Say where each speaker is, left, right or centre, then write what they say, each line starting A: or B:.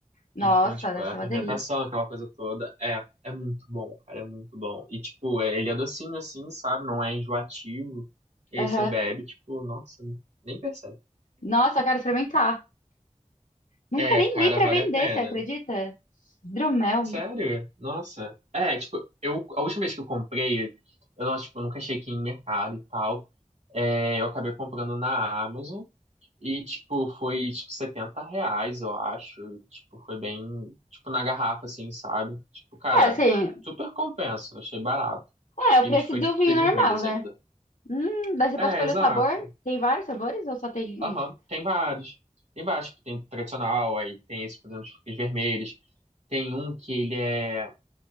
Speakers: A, on the left; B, on the right.
A: Nossa,
B: Então, tipo,
A: deve
B: é
A: ser
B: a
A: uma
B: fermentação,
A: delícia.
B: aquela coisa toda, é, é muito bom, cara, é muito bom. E, tipo, é- ele é docinho assim, sabe? Não é enjoativo. E
A: Aham.
B: aí você bebe, tipo, nossa, nem percebe.
A: Nossa, eu quero experimentar. Nunca
B: É,
A: nem
B: cara,
A: vi pra
B: vale
A: vender,
B: a pena.
A: você acredita? Hidromel.
B: Sério? Nossa. É, tipo, eu, a última vez que eu comprei, eu, não, tipo, eu nunca achei que ia em mercado e tal. É, eu acabei comprando na Amazon. E, tipo, foi, tipo, 70 reais, eu acho. Tipo, foi bem, tipo, na garrafa, assim, sabe? Tipo, cara,
A: É, assim,
B: super compensa, achei barato.
A: é o
B: E
A: preço
B: foi
A: do
B: de frutas
A: vinho normal,
B: vermelhas
A: né?
B: ainda.
A: Hum, daí você
B: É,
A: pode escolher
B: exato.
A: o sabor. Tem vários sabores ou só tem
B: Aham,
A: um?
B: tem vários. Tem vários, tipo, tem tradicional, aí tem esse, por exemplo, de frutas vermelhas. Tem um que ele é,